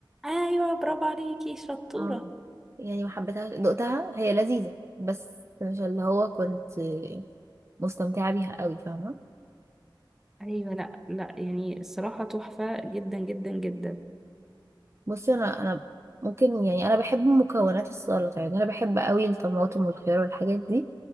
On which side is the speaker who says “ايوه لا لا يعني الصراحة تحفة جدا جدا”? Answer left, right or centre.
Centre